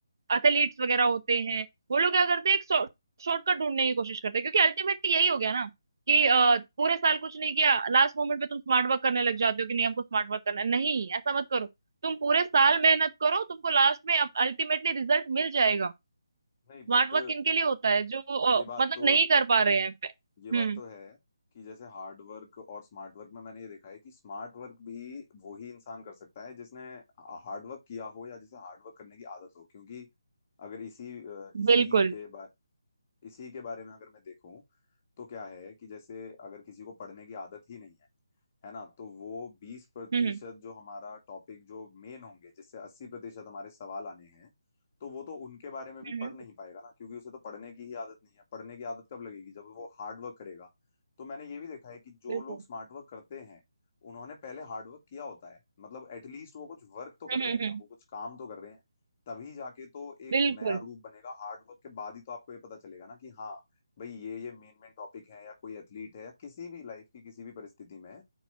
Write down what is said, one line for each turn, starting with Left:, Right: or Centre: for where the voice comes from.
Right: एथलीट्स वगैरह होते हैं वो लोग क्या करते हैं एक शॉर्टकट ढूंढने की कोशिश करते हैं क्योंकि अल्टीमेटली यही हो गया ना कि अ, पूरे साल कुछ नहीं किया लास्ट मोमेंट पे तुम स्मार्ट वर्क करने लग जाते हो कि नहीं हमको स्मार्ट वर्क करना है नहीं ऐसा मत करो तुम पूरे साल मेहनत करो तुमको लास्ट में अल्टीमेटली रिजल्ट मिल जाएगा स्मार्ट
Left: नहीं बट
Right: वर्क किन के लिए होता है जो अ,
Left: ये बात
Right: मतलब
Left: तो
Right: नहीं कर पा रहे हैं
Left: ये बात
Right: हम्म
Left: तो है कि जैसे हार्ड वर्क और स्मार्ट वर्क में मैंने ये देखा है कि स्मार्ट वर्क भी वही इंसान कर सकता है जिसने हार्ड वर्क किया हो या जिसे हार्ड वर्क करने की आदत हो क्योंकि अगर इसी अ, इसी
Right: बिल्कुल
Left: के बा, इसी के बारे में अगर मैं देखूं तो क्या है कि जैसे अगर किसी को पढ़ने की आदत ही नहीं है है ना तो वो बीस प्रतिशत
Right: हम्म
Left: जो हमारा टॉपिक जो मेन होंगे जिससे अस्सी प्रतिशत हमारे सवाल आने हैं तो वो तो उनके बारे में भी
Right: हम्म
Left: पढ़
Right: हम्म,
Left: नहीं पाएगा ना क्योंकि उसे तो पढ़ने की ही आदत नहीं है पढ़ने की आदत कब लगेगी जब वो हार्ड वर्क करेगा तो मैंने ये भी देखा है कि जो
Right: बिल्कुल
Left: लोग स्मार्ट वर्क करते हैं उन्होंने पहले हार्ड वर्क किया होता है मतलब एटलीस्ट वो कुछ वर्क तो कर
Right: हम्म
Left: रहे
Right: हम्म
Left: हैं ना
Right: हम्म,
Left: वो कुछ काम तो कर रहे हैं तभी जाके तो एक
Right: बिल्कुल
Left: नया रूप बनेगा हार्ड वर्क के बाद ही तो आपको ये पता चलेगा ना कि हाँ भाई ये ये मेन मेन टॉपिक है या कोई एथलीट है या किसी भी लाइफ की किसी भी परिस्थिति में